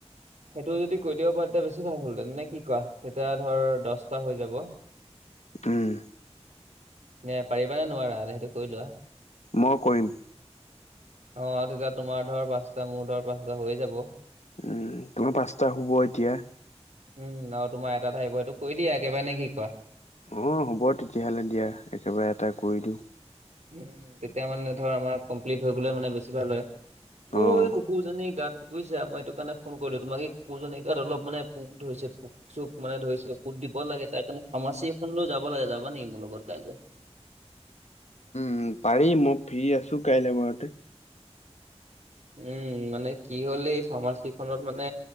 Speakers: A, on the right; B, on the left.
A: সেইটো যদি কৈ দিব পাৰা তেতিয়া বেছি ভাল হ'ল হেঁতেন, নে কি কোৱা? তেতিয়া ধৰ দছটা হৈ যাব।
B: উম।
A: নে পাৰিবা নে নোৱাৰা? সেইটো কৈ লোৱা?
B: মই কৰিম।
A: অ তেতিয়া তোমাৰ ধৰ পাঁচটা মোৰ ধৰ পাঁচটা হৈয়ে যাব।
B: উম, তোমাৰ পাঁচটা হ'ব এতিয়া।
A: উম, আৰু তোমাৰ এটা থাকিব। সেইটো কৰি দিয়া একেবাৰে নে কি কোৱা?
B: অঁ, হ'ব তেতিয়াহ'লে দিয়া, একেবাৰে এটা কৰি দিওঁ।
A: উম, তেতিয়া মানে ধৰ আমাৰ কমপ্লিট হৈ গ'লে মানে বেছি ভাল হয়। মোৰ
B: অ'।
A: এই কুকুৰ জনী গাট বুইছা? মই সেইটো কাৰণে ফোন কৰিলোঁ তোমাক এই কুকুৰ জনী গাট অলপ মানে পোক ধৰিছে পোক। চুপ মানে ধৰিছো ফুত দিব লাগে। তাৰ কাৰণে ফাৰ্মাছি এখনলৈও যাব লাগে। যাবা নেকি মোৰ লগত কাইলে?
B: উম, পাৰি মই ফ্ৰী আছোঁ কাইলে ঘৰতে।
A: উম, মানে কি হ'ল এই ফাৰ্মাছি খনত মানে